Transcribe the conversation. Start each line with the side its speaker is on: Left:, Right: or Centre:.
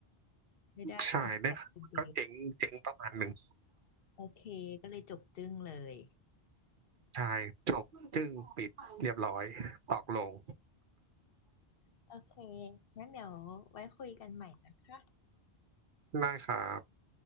Left: ไม่ได้สับคุณไปรยชน
Right: ใช่ได้ก็เจ๋งเจ๋งประมาณหนึ่ง
Left: โอเคก็เลยจบจึ้งเลย
Right: ใช่จบจึ้งปิดเรียบร้อยตอกลง
Left: โอเคงั้นเดี๋ยวไว้คุยกันใหม่นะคะ
Right: ได้ครับ